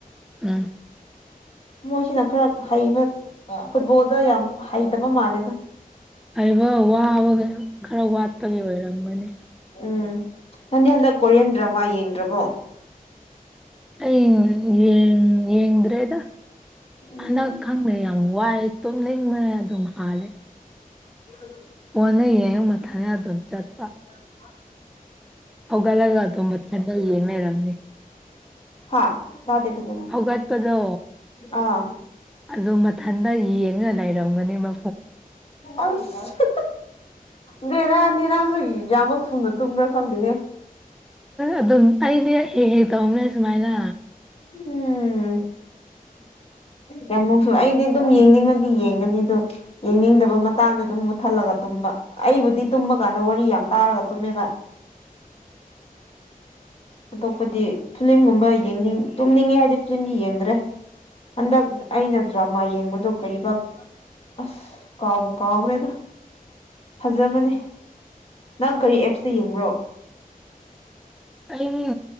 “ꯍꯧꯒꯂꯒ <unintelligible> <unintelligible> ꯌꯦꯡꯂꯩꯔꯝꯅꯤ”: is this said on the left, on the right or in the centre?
Centre